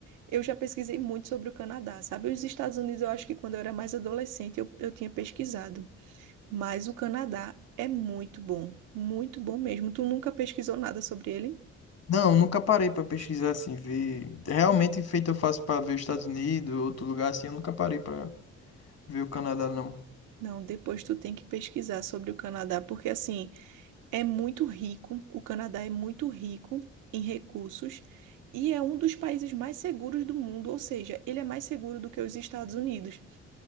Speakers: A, on the right; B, on the left.
A: eu já pesquisei muito sobre o Canadá, sabe? Os Estados Unidos eu acho que quando eu era mais adolescente eu, eu tinha pesquisado, mas o Canadá é muito bom, muito bom mesmo. Tu nunca pesquisou nada sobre ele?
B: não, nunca parei pra pesquisar assim, ver. Realmente feito eu faço pra ver os Estados Unidos, outro lugar assim, eu nunca parei pra ver o Canadá, não.
A: Não, depois tu tem que pesquisar sobre o Canadá, porque assim. É muito rico, o Canadá é muito rico em recursos e é um dos países mais seguros do mundo, ou seja, ele é mais seguro do que os Estados Unidos.